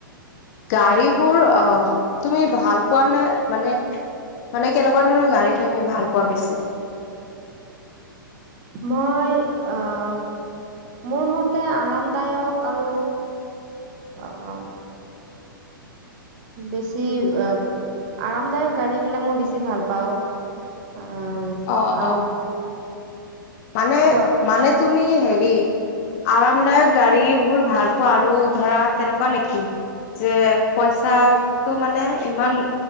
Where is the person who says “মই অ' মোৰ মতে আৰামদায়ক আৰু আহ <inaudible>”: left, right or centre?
Right